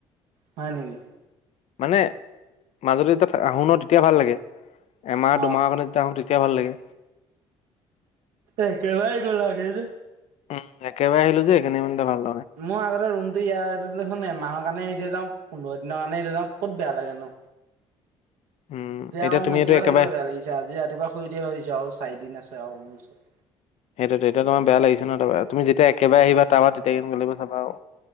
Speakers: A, on the right; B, on the left.
A: হয় নেকি?
B: মানে মাজুলী যেতিয়া আহো ন তেতিয়া ভাল লাগে, এমাহ দুমাহখনত
A: অ
B: যেতিয়া আহো তেতি কেতিয়া ভাল লাগে
A: এ কেবাই গ' লাগে যে
B: উম একেবাৰে আহিলো যে এইনি <unintelligible>
A: মোৰ আগতে ৰূমটো ইয় <unintelligible> মাহৰ কাৰণে সৰিয়া যাও পোন্ধৰ দিনৰ কাৰণে এয়া যাও ক'ত বেয়া লাগে ন।
B: উম
A: দয়া
B: এতিয়া
A: আকৌ
B: তুমি
A: মোৰ এতিয়াও
B: এইটো একেবাৰে
A: থাকিবিলে বেয়া লাগিছে আজি ৰাতিপুৱা শুই উ থিয়া হৈিছো আৰু চাৰিদিন আছে আৰু মোৰ ওচৰত।
B: সেইটো এতিয়া তোমাৰ বেয়া লাগিছে ন তাৰ তুমিতিয়ােবাৰে আহিবা তাৰাবা তেতিয়া কে গিব চাবা আৰু।